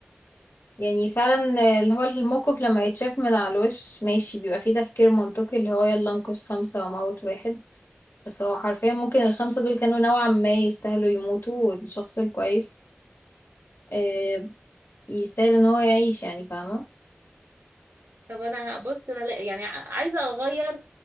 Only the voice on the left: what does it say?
يعني فعلا اللي هو الموقف لما يتشاف من على الوش ماشي بيبقى فيه تفكير منطقي اللي هو يلا انقذ خمسة وموت واحد بس هو حرفيا ممكن الخمسة دول كانوا نوعا ما يستاهلوا يموتوا والشخص الكويس آه، يستاهل ان هو يعيش يعني فاهمة